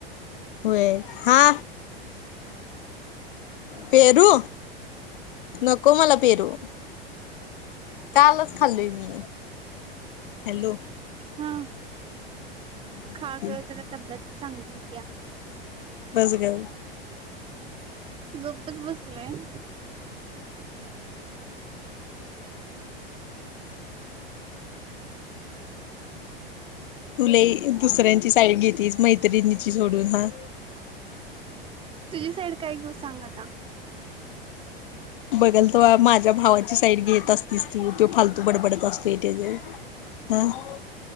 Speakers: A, on the left; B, on the right.
A: होय हा. पेरू नको मला पेरू कालच खाल्लोय मी हॅलो.
B: हा
A: हा बोल
B: खा
A: की
B: ग जरा तब्येत चांगली होतीया.
A: बस ग.
B: गपच बसलंय.
A: तुला दुसऱ्यांची साईड घेततीस मैत्रिणीची सोडून हा.
B: तुझी साईड काय घेऊ सांगा आता
A: बघल तेव्हा माझ्या भावाची साईड घेत असतीस ती तो फालतू बडबडत असतो त्या <unintelligible>